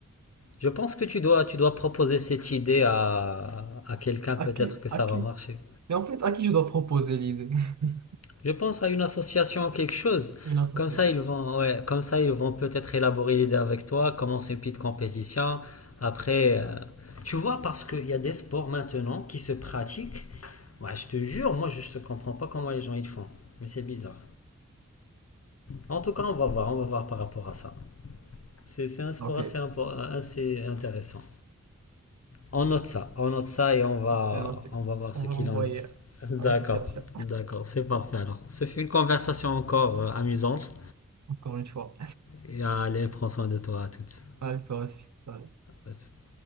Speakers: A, on the left; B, on the right.
A: Je pense que tu dois, tu dois proposer cette idée à, à quelqu'un, peut-être
B: À qui,
A: que ça
B: à qui?
A: va marcher.
B: Mais en fait, à qui je dois proposer l'idée? <laughs>
A: Je pense à une association ou quelque chose.
B: Une association.
A: Comme ça, ils vont, ouais, comme ça, ils vont peut-être élaborer l'idée avec toi, commencer une petite compétition. Après, euh, tu vois, parce qu'il y a des sports maintenant qui se pratiquent. Ouais, je te jure, moi, je ne comprends pas comment les gens ils font. Mais c'est bizarre. En tout cas, on va voir, on va voir par rapport à ça. C'est c'est un sport
B: Ok,
A: assez, impo- assez intéressant. On note ça, on note ça et on va,
B: c'est noté.
A: on va voir
B: On
A: ce
B: va
A: qu'il
B: l'envoyer
A: en est. D'accord,
B: à l'association,
A: d'accord, c'est parfait alors. Ce fut une conversation encore euh, amusante.
B: encore une fois.
A: Et allez, prends soin de toi à toutes.
B: Allez, toi aussi. Bye.
A: À toutes.